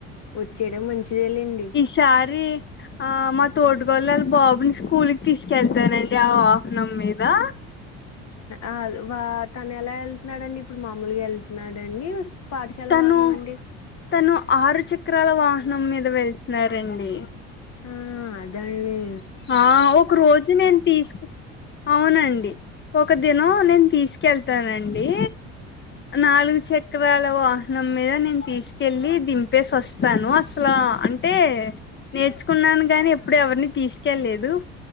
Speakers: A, on the left (about 50°); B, on the left (about 35°).
A: వచ్చేయడం మంచిదేలేండి
B: చారి ఆ మా తోటికోడలు వాళ్ల బాబుని స్కూల్కి తీసుకెళ్తానండి ఆ వాహనం మీదా
A: ఆ ఆల్ వా తన ఎలా ఎళ్తున్నాడండి ఇప్పుడు మామూలుగా వెళ్తున్నాడండి వస్ పాఠశాల
B: తను
A: వాహనం అండి
B: తను ఆరు చక్రాల వాహనం మీద వెళ్తున్నారండి
A: ఆ ఆదండి
B: ఆ ఒక రోజు నేను తీసుకు అవునండి ఒక దినం నేను తీసుకెళ్తానండి నాలుగు చక్రాల వాహనం మీద నేను తీసుకెళ్ళి దిం దింప్పేసి వస్తాను అసలా అంటే నేర్చుకున్నాను గాని ఎప్పుడు ఎవరిని తీ క్కే లేదు